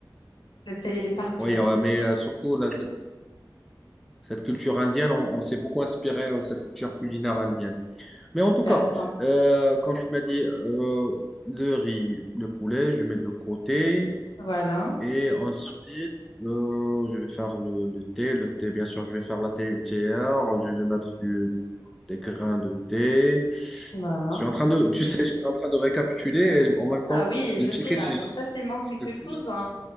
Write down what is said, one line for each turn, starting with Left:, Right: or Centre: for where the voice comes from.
Left: le sel, il est partout.
Centre: Oui, euh,
Left: Tu
Centre: mais euh, surtout, là, cette, cette culture indienne, on, on s'est beaucoup inspiré de cette culture culinaire indienne. Mais en tout
Left: tu
Centre: cas,
Left: raison.
Centre: euh, comme tu m'as dit, euh, le riz, le poulet, je mets de côté.
Left: Voilà,
Centre: Et ensuite, euh, je vais faire le, le thé. Le thé, bien sûr, je vais faire la thé théière. Je vais mettre du, du- des grains de thé.
Left: voilà.
Centre: Je suis en train de, tu sais, je suis en train de récapituler
Left: Ah,
Centre: et en
Left: Ça,
Centre: même
Left: ça,
Centre: temps
Left: oui,
Centre: de
Left: je
Centre: checker
Left: suis là.
Centre: si
Left: Comme
Centre: je
Left: ça, s'il manque quelque
Centre: quelque
Left: chose,
Centre: chose.
Left: hein,